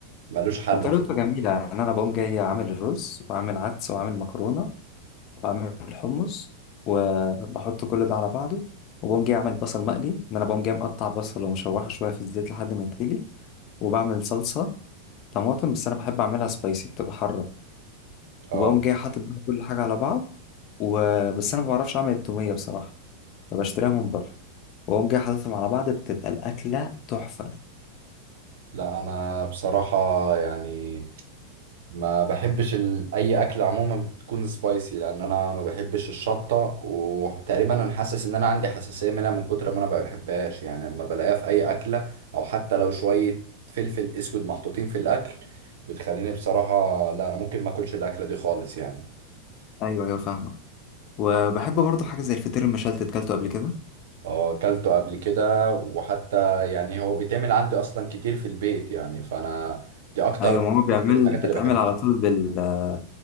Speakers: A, on the right (about 60°); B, on the left (about 35°).
A: ملوش حل
B: وطريقته
A: بصراحه
B: جميله يعني انا بقوم جاي عامل الرز واعمل عدس واعمل مكرونه واعمل الحمص وبحط كل ده على بعضه وبقوم جاي اعمل بصل مقلي ان انا بقوم جاي مقطع بصل ومشوحه شويه في الزيت لحد ما يتقلي وبعمل صلصه طماطم بس انا بحب اعملها سبايسي بتبقى حاره
A: اه
B: وبقوم جاي حاطط بقى كل حاجه على بعض وبس انا ما بعرفش اعمل التوميه بصراحه فبشتريها من بره واقوم جاي حاططهم على بعض بتبقى الاكله تحفه
A: لا انا بصراحه يعني ما بحبش ال... اي اكل عموما بتكون سبايسي لان انا ما بحبش الشطه وتقريبا انا حاسس ان انا عندي حساسيه منها من كتر ما انا ما بحبهاش يعني لما بلاقيها في اي اكله او حتى لو شويه فلفل اسود محطوطين في الاكل بتخليني بصراحه لا انا ممكن ما اكلش الاكله دي خالص يعني
B: ايوه ايوه فاهمك وبحب برضه حاجة زي الفطير المشلتت كلته قبل كده
A: اه اكلته قبل كده وحتى يعني هو بيتعمل عندي اصلا كتير في البيت يعني فانا دي اكتر
B: أيوة ماما بيعمل
A: اكتر الحاجات
B: بيتعمل
A: اللي بحبها
B: على طول بال...